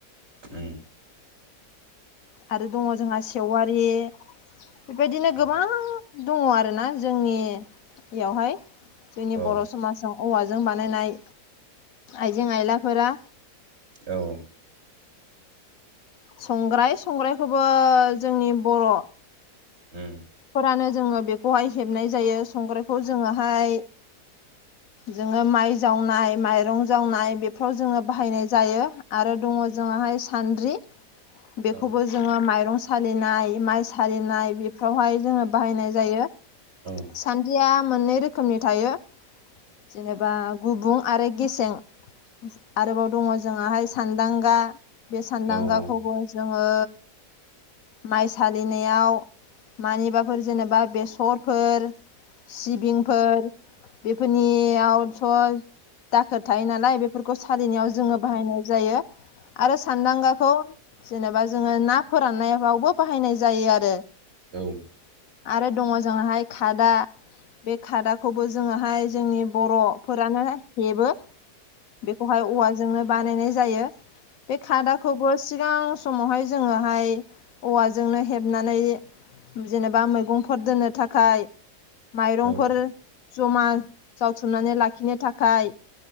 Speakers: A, on the right (about 45°); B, on the left (about 60°).
A: उम
B: आरो दङ जोंहा सेवारि बेबायदिनो
A: औ
B: गोबां, दङ आरोना जोंनियावहाय जोंनि
A: औ
B: बर', समाजाव औवाजों बानायनाय आइजें-आइलाफोरा
A: औ
B: संग्राय संग्रायखौबो जोंनि बर'
A: ओम
B: फोरानो जोङो बेखौहाय हेबनाय जायो संग्रायखौ जोङोहाय जोङो माइ जावनाय माइरं जावनाय बेफ्राव जोङो बाहायनाय जायो आरो दङ जोंङाहाय सान्द्रि बेखौबो
A: औ
B: जोङो माइरं सालिनाय, माइ सालिनाय बेफ्रावहाय जोङो बाहायनाय जायो।
A: औ
B: सान्द्रिया मोननै रोखोमनि थायो जेनेबा गुबुं आरो गेसें आरोबाव दङ जोंङाहाय सानदांगा बे सानदांगाखौबो
A: औ
B: जोङो माइ सालिनायाव मानिबाफोर जेनेबा बेसर फोर सिबिंफोर बेफोरनियावथ' दाखोर थायो नालाय बेफोरखौ सालिनायाव जोङो, बाहायनाय जायो आरो सानदांगाखौ, जेनेबा जोङो ना फोराननायावबो बाहायनाय जायो। आरो
A: औ
B: आरो दङ जोंहाय खादा बे खादाखौबो जोङाहाय जोंनि बर' फोरानो हेबो बेखौहाय औवाजोंनो बानायनाय जायो बे खादा खौबो सिगां समावहाय जोङोहाय औवाजोंनो हेबनानै, जेनेबा मैगंफोर दोननो थाखाय माइरंफोर
A: औ
B: ज'मा जावथुमनानै लाखिनो थाखाय,